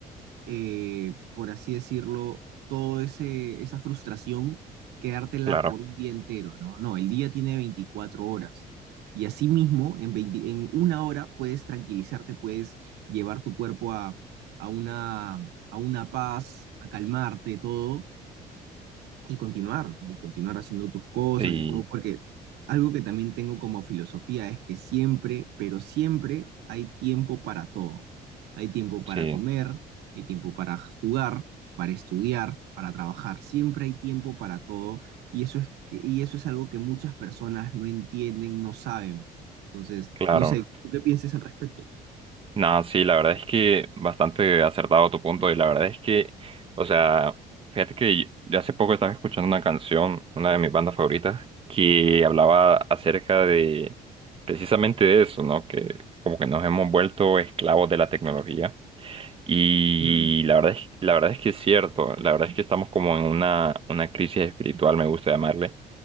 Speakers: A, on the right (about 75°); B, on the right (about 35°).
A: eh, por así decirlo, toda esa frustración, quedártela
B: claro.
A: por un día entero, ¿no? No, el día tiene 24 horas. Y asimismo, en veinte en una hora puedes tranquilizarte, puedes llevar tu cuerpo a, a una, a una paz, a calmarte, todo y continuar, ¿no? Y continuar haciendo tus cosas
B: Sí,
A: y todo, porque algo que también tengo como filosofía es que siempre, pero siempre hay tiempo para todo. Hay tiempo para
B: sí,
A: comer, hay tiempo para jugar, para estudiar, para trabajar. Siempre hay tiempo para todo y eso es que- y eso es algo que muchas personas no entienden, no saben. Entonces,
B: claro.
A: no sé, ¿tú qué piensas al respecto?
B: No, sí, la verdad es que bastante acertado tu punto y la verdad es que, o sea, fíjate que yo yo hace poco estaba escuchando una canción, una de mis bandas favoritas, que hablaba acerca de precisamente de eso, ¿no? Que como que nos hemos vuelto esclavos de la tecnología y
A: Mm,
B: la verdad es, la verdad es que es cierto, la verdad es que estamos como en una, una crisis espiritual, me gusta llamarle,